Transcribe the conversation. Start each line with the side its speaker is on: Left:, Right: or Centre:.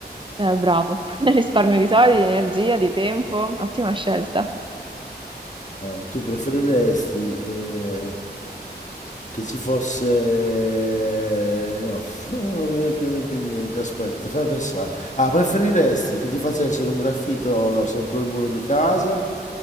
Right: Eh, bravo, <laughs> risparmio di soldi, di energia, di tempo, ottima scelta.
Left: Ah, tu preferiresti eh, che ci fosse... No, <laughs> non mi viene più in mente niente, aspetta, fammi pensare. Ah, preferiresti che ti facessero un graffito sopra il muro di casa